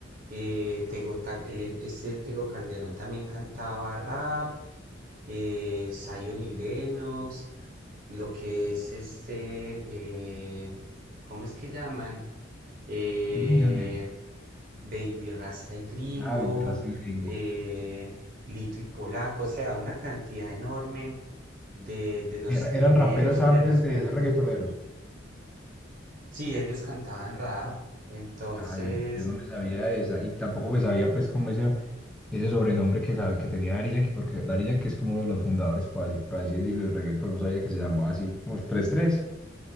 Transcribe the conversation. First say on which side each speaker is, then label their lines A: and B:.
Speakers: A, on the right; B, in the centre.
A: Eh, Tego, Ta- eh, este Tego Calderón también cantaba rap, eh, Zion y Lennox, lo que es este, eh, ¿cómo es que llaman? Eh,
B: Billy Yandel.
A: Baby Rasta y Gringo,
B: Ah, mi raza y gringo.
A: eh, Lito y Polaco, o sea, una cantidad enorme de, de los
B: Era- eran
A: primeros
B: raperos
A: y
B: antes
A: de los pioneros.
B: de ser reggaetoneros.
A: Sí, ellos cantaban rap, entonces
B: Ah, yo, yo no me sabía de esa y tampoco me sabía pues como ese, ese sobrenombre que, sabe, que tenía Daddy Yankee, porque Daddy Yankee es como uno de los fundadores, por así, por así decirlo, del reggaetón, no sabía que se llamaba así, como tres 3